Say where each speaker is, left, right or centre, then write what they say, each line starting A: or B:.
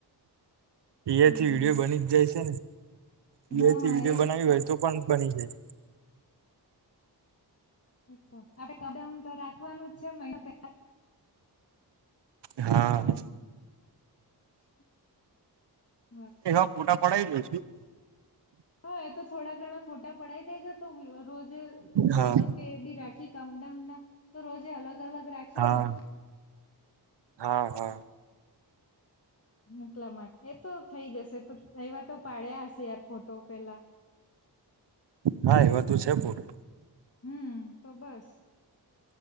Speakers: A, on the left; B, on the right.
A: હમ
B: એ થી વિડીિયો
A: હમ
B: બની જ જાય છે ને
A: હા
B: એથી વિડીિયો
A: એજ
B: બનાવી હોય તો પણ બની જાય
A: તો આપડે કઉન તો રાખવાનું જ છે. પહેલા.
B: હા હ.
A: <inaudible>
B: એવા ફોટા પડાય જઈશું.
A: હા એ તો થોડા ઘણા ફોટા પડાઈ દેજો. તો રોજે ફોટો
B: હા
A: કે બી રાખી કાઉન્ટ ડાઉન ના તો રોજે અલગ અલગ રાખીએ
B: હા
A: ને
B: હા હા.
A: એટલા માટે એ તો થઈ જશે તો એવા તો પાડ્યા હશે યાર ફોટો પેલા
B: હા એવા તું છે ફોટો.
A: હું તો બસ.